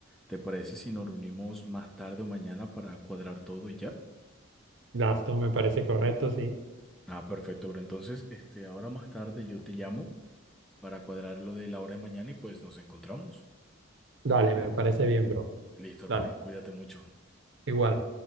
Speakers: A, in the centre; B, on the right (about 60°).
A: ¿Te parece si nos reunimos más tarde o mañana para cuadrar todo y ya?
B: Gasto me parece correcto, sí.
A: Ah, perfecto, pero entonces, este, ahora más tarde yo te llamo para cuadrar lo de la hora de mañana y pues nos encontramos.
B: Dale, me parece bien, bro.
A: Listo, hermano,
B: Dale,
A: cuídate mucho.
B: igual.